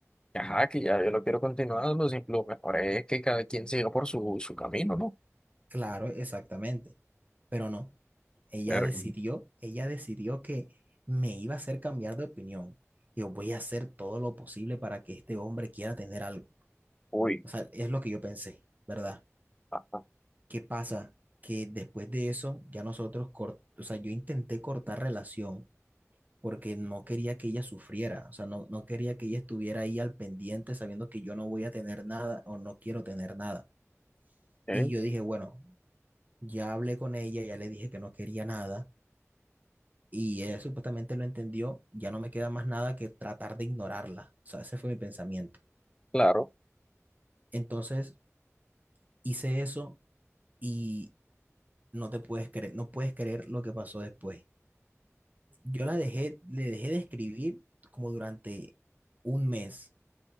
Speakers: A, on the left; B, on the right.
A: Ajá, que ya yo lo quiero continuar, lo, sim- lo mejor es que cada quien siga por su, su camino, ¿no?
B: claro, exactamente. Pero no, ella
A: Ver,
B: decidió, ella decidió que me iba a hacer cambiar de opinión. Yo voy a hacer todo lo posible para que este hombre quiera tener algo.
A: uy,
B: O sea, es lo que yo pensé, ¿verdad?
A: ajá,
B: ¿Qué pasa? Que después de eso, ya nosotros, cort- o sea, yo intenté cortar relación porque no quería que ella sufriera, o sea, no, no quería que ella estuviera ahí al pendiente sabiendo que yo no voy a tener nada o no quiero tener nada.
A: eh,
B: Y yo dije, bueno, ya hablé con ella, ya le dije que no quería nada y él supuestamente lo entendió, ya no me queda más nada que tratar de ignorarla. O sea, ese fue mi pensamiento.
A: claro,
B: Entonces hice eso y no te puedes creer, no puedes creer lo que pasó después. Yo la dejé, le dejé de escribir como durante un mes